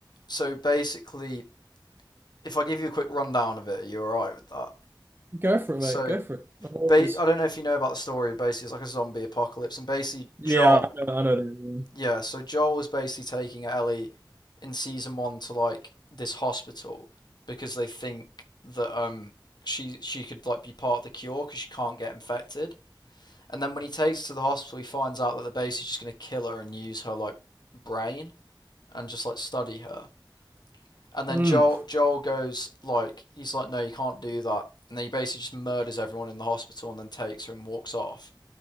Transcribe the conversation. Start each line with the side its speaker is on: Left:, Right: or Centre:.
Left: so basically. If I give you a quick rundown of it, are you all right with that?
Right: Go for it,
Left: So,
Right: mate. Go for it. I'm always.
Left: ba- I don't know if you know about the story. Basically, it's like a zombie apocalypse, and basically,
Right: Yeah,
Left: Jock
Right: I know, I know that.
Left: Yeah, so Joel is basically taking Ellie in season one to like this hospital because they think that um she she could like be part of the cure because she can't get infected. And then when he takes her to the hospital, he finds out that they're basically just gonna kill her and use her like brain and just like study her. And then
Right: Mm,
Left: Joel Joel goes like he's like no you can't do that. And then he basically just murders everyone in the hospital and then takes her and walks off.